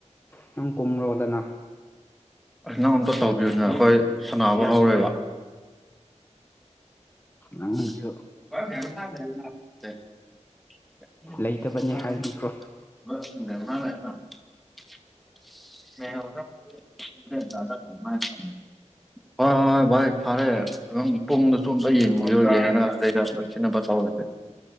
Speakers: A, on the left; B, in the centre.
A: ꯅꯪ ꯀꯣꯃ꯭ꯔꯣꯕꯗꯅ
B: ꯑꯁ ꯅꯪ ꯑꯝꯇ ꯇꯧꯕꯤꯌꯨꯅꯦ ꯑꯩꯈꯣꯏ ꯁꯅꯥꯕꯨ ꯍꯧꯔꯣꯏꯦꯕ <unintelligible>
A: ꯅꯪꯁꯨ
B: <unintelligible>
A: ꯂꯩꯇꯕꯅꯤ ꯍꯥꯏꯕꯤꯈ꯭ꯔꯣ
B: <unintelligible> <unintelligible> ꯍ‌ꯣꯏ ꯐꯔꯦ ꯅꯪ ꯄꯨꯡꯗ ꯆꯣꯝꯕ ꯌꯦꯡꯕꯤꯣ ꯌꯦꯡꯅꯒ ꯑꯩꯗ ꯂꯣꯏꯁꯤꯟꯅꯕ ꯇꯧꯔꯁꯦ